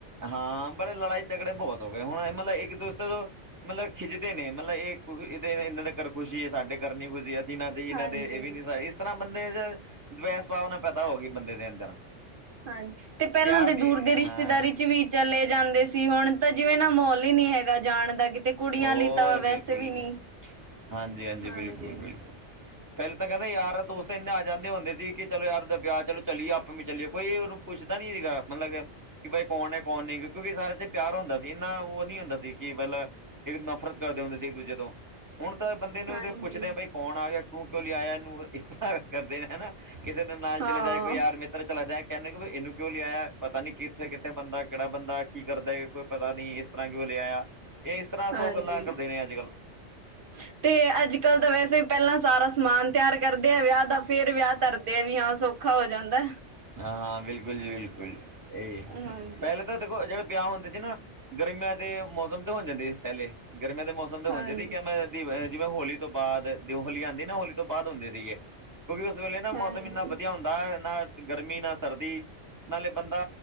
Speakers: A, on the right; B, on the right.
A: ਹਾਂ ਬੜੇ ਲੜਾਈ ਝਗੜੇ ਬਹੁਤ ਹੋ ਗਏ ਹੁਣ ਮਤਲਬ ਇੱਕ ਦੂਸਰੇ ਤੋਂ ਮਤਲਬ ਖਿੱਚਦੇ ਨੇ ਮਤਲਬ ਇਹ ਇਹਦੇ ਇਹਨਾਂ ਦੇ ਘਰ ਖੁਸ਼ੀ ਐ ਸਾਡੇ ਘਰ ਨੀ ਖੁਸ਼ੀ ਜੀਨਾ ਜੀ ਇਹਨਾਂ
B: ਹਾਂਜੀ
A: ਦੇ ਇਹ ਵੀ ਨੀ ਇਸ ਤਰ੍ਹਾਂ ਬੰਦੇ ਦੇ ਦਵੈਸ ਭਾਵਨਾ ਪੈਦਾ ਹੋ ਗਈ ਬੰਦੇ ਦੇ ਅੰਦਰ
B: ਹਾਂਜੀ ਤੇ ਪਹਿਲਾਂ
A: ਪਿਆਰ
B: ਦੇ
A: ਨੀ
B: ਦੂਰ ਦੇ ਰਿਸ਼ਤੇਦਾਰੀ
A: ਹਾਂ
B: ਚ ਵੀ ਚਲੇ ਜਾਂਦੇ ਸੀ ਹੁਣ ਤਾਂ ਜਿਵੇਂ ਨਾ ਮਾਹੌਲ ਹੀ ਨੀ ਹੈਗਾ ਜਾਣ ਦਾ ਕਿਤੇ ਕੁੜੀਆਂ
A: ਹੋਰ
B: ਲਈ ਤਾਂ ਵੈਸੇ
A: ਬਿਲਕੁਲ,
B: ਵੀ ਨਹੀਂ
A: ਹਾਂਜੀ-ਹਾਂਜੀ
B: ਹਾਂਜੀ,
A: ਬਿਲਕੁਲ-ਬਿਲਕੁਲ ਪਹਿਲੇ ਤਾਂ ਕਹਿੰਦੇ ਯਾਰ ਦੋਸਤ ਇੰਨੇ ਆ ਜਾਂਦੇ ਹੁੰਦੇ ਸੀ ਕਿ ਚਲੋ ਯਾਰ ਵਿਆਹ ਚਲੋ ਚਲੀਏ ਚੱਲੀਏ ਕੋਈ ਪੁੱਛਦਾ ਨੀ ਸੀਗਾ ਮਤਲਬ ਕਿ ਬਾਈ ਕੌਣ ਐ ਕੌਣ ਨਹੀਂ ਕਿਉਂਕਿ ਸਾਰੇ ਤੇ ਪਿਆਰ ਹੁੰਦਾ ਸੀ ਨਾ ਉਹ ਨੀ ਹੁੰਦਾ ਸੀ। ਕਿ ਮਤਲਬ ਇੱਕ ਨਫ਼ਰਤ ਕਰਦੇ ਹੁੰਦੇ ਸੀ ਇੱਕ ਦੂਜੇ ਤੋਂ ਹੁਣ ਤਾਂ ਬੰਦੇ ਨੂੰ
B: ਹਾਂਜੀ,
A: ਪੁੱਛਦੇ ਆ ਬਈ ਕੌਣ ਆ ਗਿਆ ਤੂੰ ਕਿਉਂ ਲਿਆਇਆ ਇਹਨੂੰ ਇਸ ਤਰ੍ਹਾਂ ਕਰਦੇ ਨੇ ਹਨਾ ਕਿਸੇ ਦੇ ਨਾਲ
B: ਹਾਂ,
A: ਚਲੇ ਜਾਏ ਕੋਈ ਯਾਰ ਮ ਚਲਾ ਜਾਏ ਕਹਿੰਦੇ ਕਿ ਵੀ ਇਹਨੂੰ ਕਿਉਂ ਲਿਆਇ ਪਤਾ ਕਿੱਥੇ ਕਿੱਥੇ ਬੰਦਾ ਕਿਹੜਾ ਬੰਦਾ ਕੀ ਕਰਦਾ ਕੋਈ ਪਤਾ ਨਹੀਂ ਇਸ ਤਰ੍ਹਾਂ ਕਿਓ ਲਿਆਇਆ ਇਹ ਇਸ ਤਰ੍ਹਾਂ
B: ਹਾਂਜੀ।
A: ਸੋ ਗੱਲਾਂ ਕਰਦੇ ਨੇ ਅੱਜ-ਕੱਲ੍ਹ
B: <inaudible> ਤੇ ਅੱਜ-ਕੱਲ ਤਾਂ ਵੈਸੇ ਵੀ ਪਹਿਲਾਂ ਸਾਰਾ ਸਮਾਨ ਤਿਆਰ ਕਰਦੇ ਆ ਵਿਆਹ ਦਾ ਫੇਰ ਵਿਆਹ ਧਰਦੇ ਆ ਵੀ ਹਾਂ ਸ ਔਖਾ ਹੋ ਜਾਂਦਾ
A: ਹਾਂ ਹਾਂ ਬਿਲਕੁਲ ਜੀ ਬਿਲਕੁਲ ਇਹੀ
B: ਹਾਂਜੀ,
A: ਪਹਿਲੇ ਤਾਂ ਦੇਖ ਜਿਹੜੇ ਵਿਆਹ ਹੁੰਦੇ ਸੀ ਨਾ ਗਰਮੀਆਂ ਦੇ ਮੌਸਮ ਤੇ ਹੋਣ ਜਾਂਦੇ ਸੀ ਪਹਿਲੇ ਗਰਮੀਆਂ ਦੇ ਮੌਸਮ ਹੁੰਦੇ
B: ਹਾਂਜੀ,
A: ਸੀ ਕਿ ਮੈਂ ਦੀ ਜਿਵੇਂ ਹੋਲੀ ਤੋਂ ਬਾਅਦ ਹੋਲੀ ਆਉਂਦੀ ਨਾ ਹੋਲੀ ਤੋਂ ਬਾਅਦ ਹੁੰਦੇ ਸੀਗੇ ਕਿਉਂਕਿ ਉਸ ਵੇਲੇ ਨਾ
B: ਹਾਂਜੀ,
A: ਮੌਸਮ ਇੰਨਾ ਵਧੀਆ ਹੁੰਦਾ ਹੈ ਨਾ ਗਰਮੀ ਨਾ ਸਰਦੀ ਨਾਲੇ ਬੰਦਾ